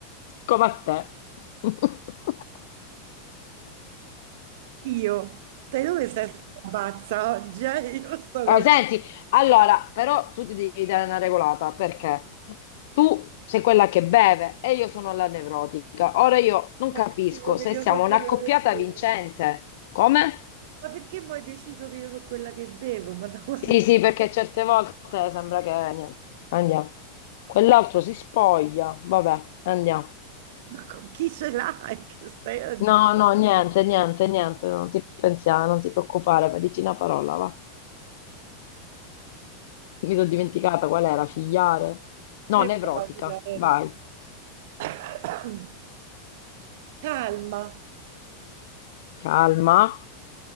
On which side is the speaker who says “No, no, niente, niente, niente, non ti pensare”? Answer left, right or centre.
Left